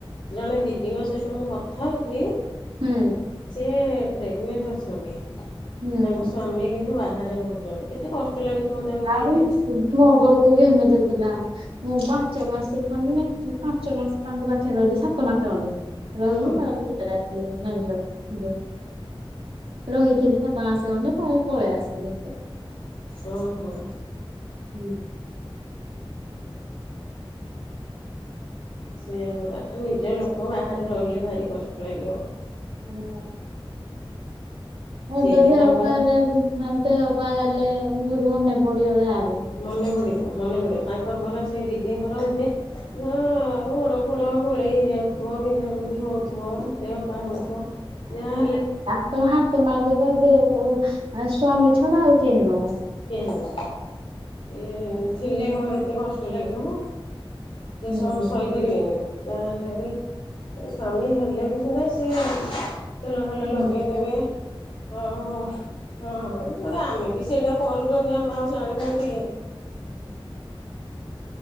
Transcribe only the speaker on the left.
ଜଣେ ଦିଦିଙ୍କ ସହିତ ମୁଁ କଥା ହେଉଥିଲି।
ସିଏ ପ୍ରେଗନଣ୍ଟ ଅଛନ୍ତି
ତାଙ୍କ ସ୍ଵାମୀ କିନ୍ତୁ ବାହାରେ ରହୁଛନ୍ତି କେତେ କଷ୍ଟ। ଲାଗୁଥିବ ତାଙ୍କୁ କହିଲେ?
ହଁ
ଓ ହୋ।
ସେଇଆ ପରାା ନିଜ ଲୋକ ବାହାରେ ରହିଲେ ଭାରି କଷ୍ଟ ଲାଗିବ।
ସିଏ
ବି
ତାଙ୍କ
ମନେ ପଡ଼ିବ ମନେ ପଡ଼ିବ ତାଙ୍କର ପରା ସେଇ ଦିଦିଙ୍କର ବି ହଁ ଗୋଡ ପୋଡ ଗୋଳେଇ ହେଇଯାଉଥିବ ବିନ୍ଧା ବିନ୍ଧି ହଉ ଥିବ ଦେହପା ହଉଥିବ ଯାହାହେଲେ
<unintelligible> ସେ ଥିଲେ କଣ ଏତେ କଷ୍ଟ ଲାଗିବ। ସେ
ସ-ସହିପାରିବେନି। ଯାହାହେଲେ ବି ସ୍ବାମୀ ହେଲେ ବି ସିନା ସିଏ ତେଲ ପେଲ
ଲଗେଇଦେବେ ଆଉ ହଁ ହଁ ସେଟା ଆମେ ବି ସେଇଟା କରୁଛନ୍ତି ଆମେ ଆଉ ଜାଣିନାହାନ୍ତି କି?